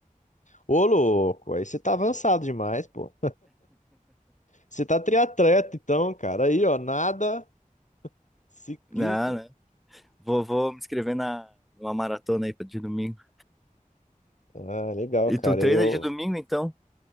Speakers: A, on the left (about 60°); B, in the centre.
A: Ô, louco, aí você tá avançado demais, pô. Você tá triatleta, então, cara. Aí, ó, nada, ciclista.
B: Não, né? Vou, vou me inscrever na, numa maratona aí pra- de domingo.
A: Ah, legal, cara.
B: E tu treina
A: Eu.
B: de domingo, então?